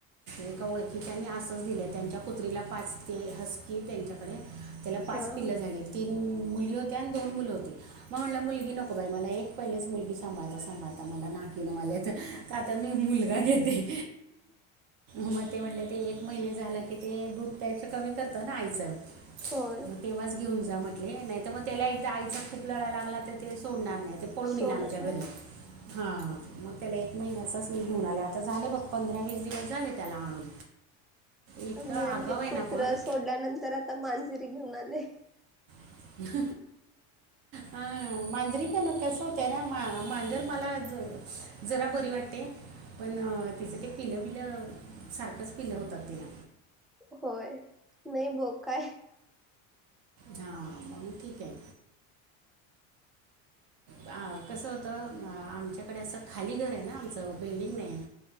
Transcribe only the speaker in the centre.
हा
होय.
सोडत
नाही
का मी
आणले
कुत्र
सोडल्यानंतर आता मांजर घेऊन आले.
होय नाही बघ काय?